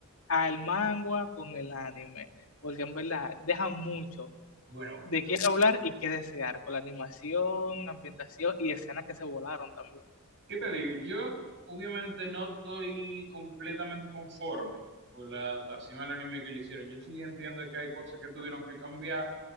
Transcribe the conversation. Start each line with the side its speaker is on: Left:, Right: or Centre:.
Left: al manga con el anime? Porque en verdad deja mucho
Right: bueno,
Left: de qué hablar y qué desear con la animación, ambientación y escenas que se volaron también.
Right: ¿qué te digo? Yo obviamente no estoy completamente conforme con la adaptación al anime que le hicieron. Yo sí entiendo que hay cosas que tuvieron que cambiar